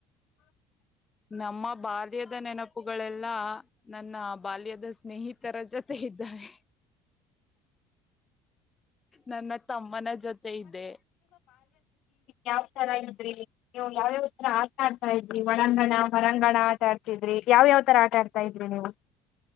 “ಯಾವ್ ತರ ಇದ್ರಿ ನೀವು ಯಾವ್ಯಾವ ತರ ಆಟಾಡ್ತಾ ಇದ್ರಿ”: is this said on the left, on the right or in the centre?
Left